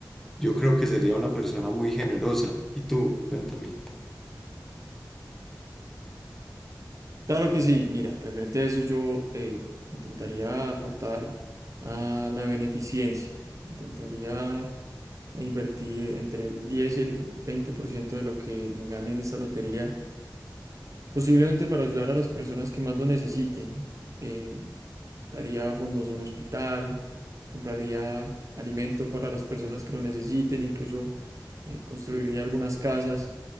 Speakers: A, in the centre; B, on the right (about 45°).
A: Yo creo que sería una persona muy generosa. ¿Y tú? Cuéntame.
B: Claro que sí, mira, referente a eso yo eh, intentaría aportar a la beneficencia. Intentaría invertir entre el 10 y el 20% de lo que me gane en esta lotería, posiblemente para ayudar a las personas que más lo necesiten. Eh, daría fondos a un hospital, compraría alimento para las personas que lo necesiten, incluso eh, construiría algunas casas.